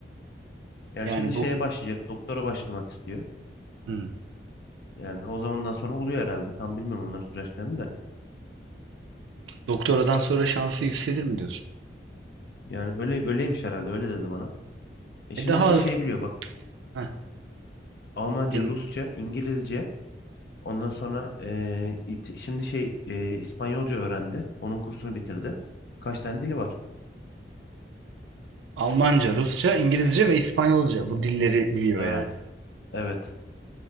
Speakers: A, on the left; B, on the right.
A: Yani
B: Yani
A: şimdi şeye
B: bu
A: başlayacak. Doktora başlamak istiyor.
B: hmm.
A: Yani o zamandan sonra oluyor herhalde. Tam bilmiyorum onların süreçlerini de.
B: Doktoradan sonra şansı yükselir mi diyorsun?
A: Yani öyle öyleymiş herhalde. Öyle dedi bana. E
B: E
A: şimdi
B: daha
A: bir de
B: az
A: şey biliyor bak.
B: Heh.
A: Almanca,
B: En-
A: Rusça, İngilizce. Ondan sonra e, it- şimdi şey e, İspanyolca öğrendi. Onun kursunu bitirdi. Kaç tane dili var?
B: Almanca, Rusça, İngilizce ve İspanyolca bu dilleri biliyor
A: Evet.
B: yani.
A: Evet.